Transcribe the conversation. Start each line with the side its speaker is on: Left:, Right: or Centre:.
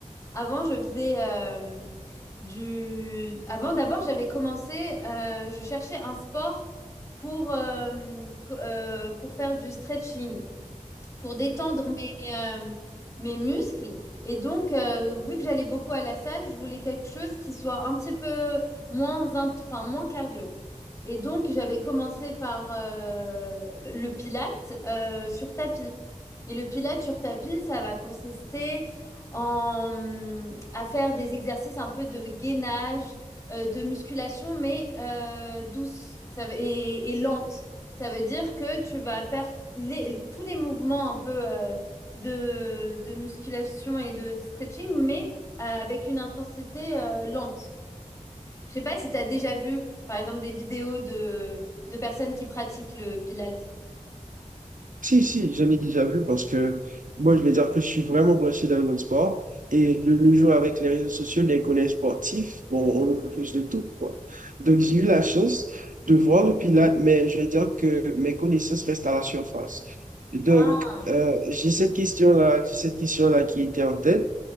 Left: Avant, je faisais euh, du... Avant, d'abord, j'avais commencé, euh, je cherchais un sport pour, euh, co- euh, pour faire du stretching pour détendre mes, euh, mes muscles. Et donc, euh, vu que j'allais beaucoup à la salle, je voulais quelque chose qui soit un petit peu moins, int- enfin, moins cardio. Et donc, j'avais commencé par euh, le pilate euh, sur tapis. Et le pilate sur tapis, ça va consister en, mm, à faire des exercices un peu de gainage, euh, de musculation, mais euh, douce ça va- et, et lente. Ça veut dire que tu vas faire les- tous les mouvements un peu euh, de, de musculation et de stretching, mais euh, avec une intensité euh, lente. Je sais pas si tu as déjà vu, par exemple, des vidéos de, de personnes qui pratiquent le pilate.
Right: Si, si, j'en ai déjà vu parce que moi, je vais dire que je suis vraiment branché dans le monde sport. Et le, le jour avec les réseaux sociaux, les collèges sportifs, bon, on a plus de tout, quoi. Donc, j'ai eu la chance de voir le Pilates, mais je vais dire que mes connaissances restent à la surface. Donc,
Left: Ah,
Right: euh, j'ai cette question-là, cette question-là qui était en tête